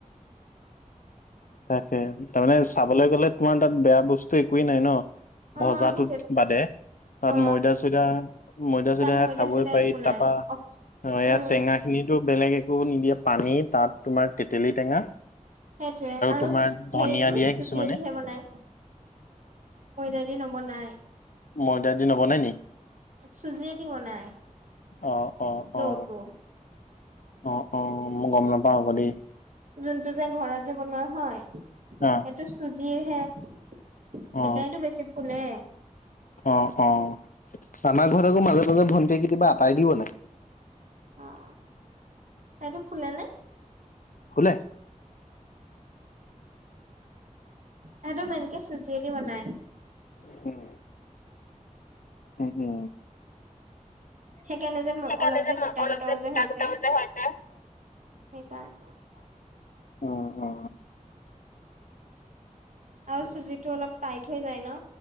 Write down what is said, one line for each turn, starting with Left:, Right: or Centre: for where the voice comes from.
Left: তাকে তাৰমানে চাবলৈ গ'লে তোমাৰ তাত বেয়া বস্তু একোৱেই নাই ন?
Right: অ
Left: ভজাটো
Right: সেইটোৱেটো
Left: বাদে। তাত
Right: অ
Left: ময়দা - চৈদা ময়দা -
Right: তাত
Left: চৈদা খাবই
Right: চয়দা
Left: পাৰি
Right: একো নাই
Left: তাৰপা আহ
Right: উম
Left: ইয়াত টেঙা খিনিতো বেলেগ একো নিদিয়ে পানী তাত তোমাৰ তেতেলী টেঙা
Right: সেইটোৱে আৰু
Left: তোমাৰ ধনিয়া
Right: ভেৰিটো
Left: দিয়ে
Right: চুজিয়েদিহে
Left: কিছুমানে
Right: বনাই। মইদাই দি নৱনায়।
Left: ময়দা দি নবনাই নি?
Right: চুজিয়ে দিব নাই
Left: অ অ
Right: ৰৌটো।
Left: অ অ অ ম গম ম নাপাও আক দেই।
Right: যোনটো যে ঘৰত যে বনোৱা হয় সেইটো
Left: অ
Right: চুজিৰহে। সেইকাৰণেতো
Left: অ
Right: বেছি ফুলে।
Left: অ অ, আমাৰ ঘৰত আকৌ মাজে - মাজে ভণ্টিয়ে কেতিয়াবা আটাই দি বনাই।
Right: উম, এইটো ফুলে নে?
Left: ফুলে।
Right: হেহতৰ মেনকে চুজিয়দি বনাই।
Left: উম উম অ।
Right: সেইকাৰণে যে
Left: সেইকাৰণে
Right: অলপ যে গোটা
Left: অলপ
Right: গোটাও
Left: গোটা
Right: যে হৈ
Left: গোটা
Right: যায়,
Left: যে হয় যে
Right: সেইকাৰণে।
Left: অ অ।
Right: আৰু চুজিটো অলপ টাইট হৈ যায় ন?